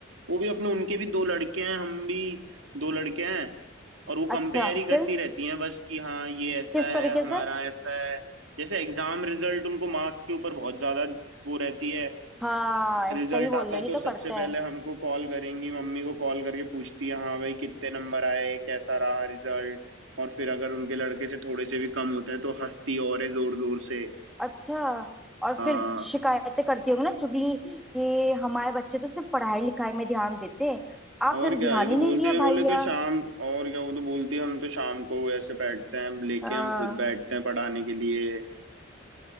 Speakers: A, on the right (about 70°); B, in the centre.
A: वो भी अपने उनके भी दो लड़के हैं हम भी दो लड़के हैं और वो
B: अच्छा
A: कंपेयर ही
B: फिर
A: करती रहती हैं बस कि हाँ ये ऐसा
B: किस
A: है
B: तरीके
A: हमारा
B: से
A: ऐसा है जैसे एग्जाम रिजल्ट उनको मार्क्स के ऊपर बहुत ज्यादा वो रहती है
B: हाँ
A: रिजल्ट
B: सही बोल
A: आता
B: रहे
A: है
B: हो, ये
A: तो
B: तो
A: सबसे
B: करते हैं
A: पहले हमको कॉल करेंगी मम्मी को कॉल करके पूछती है हाँ भाई कितने नंबर आए कैसा रहा रिजल्ट और फिर अगर उनके लड़के से थोड़े से भी कम होता है तो हंसती और है जोर जोर से
B: अच्छा और
A: हाँ
B: फिर शिकायतें करती होंगी ना चुगली कि हमारे बच्चे तो सिर्फ पढ़ाई लिखाई में ध्यान देते हैं आपने
A: और
B: तो
A: क्या
B: ध्यान
A: ये तो
B: ही नहीं
A: बोलते
B: दिया
A: हैं बोले
B: भैया
A: तो शाम और क्या वो तो बोलती है हम तो शाम को ऐसे बैठते हैं लेके
B: हाँ
A: हम खुद बैठते हैं पढ़ाने के लिए